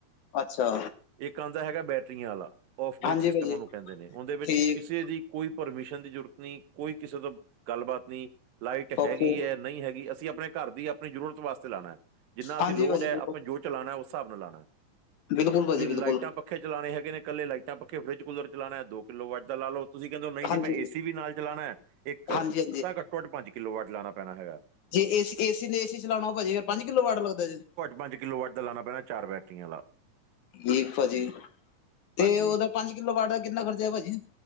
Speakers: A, on the left; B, on the right.
A: ਅੱਛਾ।
B: ਇੱਕ ਆਂਦਾ ਹੈਗਾ, ਬੈਟਰੀਆਂ ਆਲਾ ਫਬ੍ਰਿਜ
A: ਹਾਂਜੀ
B: ਸਿਸਟਮ,
A: ਭਾਜੀ
B: ਔਨੂੰ ਕੈਂਦੇ ਨੇ ਉਹਦੇ ਵਿੱਚ
A: ਠੀਕ
B: ਕਿਸੇ ਦੀ ਕੋਈ ਪਰਮਿਸ਼ਨ ਦੀ ਜ਼ਰੂਰਤ ਨਹੀਂ ਕੋਈ ਕਿਸੇ ਤੋਂ ਗੱਲਬਾਤ ਨਹੀਂ। ਲਾਈਟ
A: ਓਕੇ
B: ਹੈਗੀ ਐ, ਨਹੀਂ ਹੈਗੀ, ਅਸੀਂਅਪਨੇ ਘਰ ਦੀ ਅਪਨੀ ਜ਼ਰੂਰਤ ਵਾਸਤੇ ਲਾਨਾ ਐ। ਜਿੰਨਾ ਅਸੀਂ
A: ਹਾਂਜੀ
B: ਲੋੜ
A: ਭਾਜੀ
B: ਐ
A: ਬਿਲਕੁਲ
B: ਜੋ ਚਲਾਨਾ ਉਸ ਹਿਸਾਬ ਲਾਨਾਐ
A: ਬਿਲਕੁਲ ਭਾਜੀ
B: ਤੁਸੀਂ
A: ਬਿਲਕੁਲ
B: ਲਾਈਟਾਂ ਪਕੀ ਪੱਖੇ ਚਲਾਨੇ ਹੈਗੇ ਇਕੱਲੇ ਲਾਈਟਾਂ ਪੱਖੇ ਫਰਿੱਜ ਦੋ ਕਿੱਲੋ ਵਾਟ ਦਾ ਲਾ‌ ਲੋ। ਤੁਸੀਂ ਕੈਂਦੇ ਔ ਨਹੀਂ
A: ਹਾਂਜੀ
B: ਜੀ ਮੈਂ
A: ਭਾਜੀ,
B: ਏਸੀ ਵੀ ਨਾਲ ਚਲਾਨਾ ਇੱਕ
A: ਹਾਂਜੀ ਹਾਂਜੀ
B: ਤਾਂ ਘੱਟੋ ਘੱਟ ਪੰਜ ਕਿੱਲੋ ਵਾਟ ਲਾਨਾ ਪੈਨਾ ਹੈਗਾ।
A: ਜੇ ਏ ਏਸੀ ਨੇ ਏਸੀ ਚਲਾਨਾ ਹੋਗਾ ਜੇ ਫੇਰ ਪੰਜ ਕਿੱਲੋ ਵਾਟ ਲੱਗਦਾ ਜੇ।
B: ਪੰਜ ਕਿੱਲੋ ਵਾਟ ਲਾਨਾ ਪੈਨਾ ਚਾਰ ਬੈਟੀਆਂ ਆਲਾ।
A: ਨਹੀਂਭਾਜੀ ਤੇ
B: ਹਾਂਜੀ
A: ਔਦਾ ਪੰਜ ਕਿਲੋ ਬਾਟ ਦਾ ਕਿੰਨਾ ਖਰਚਾ ਭਾਜੀ।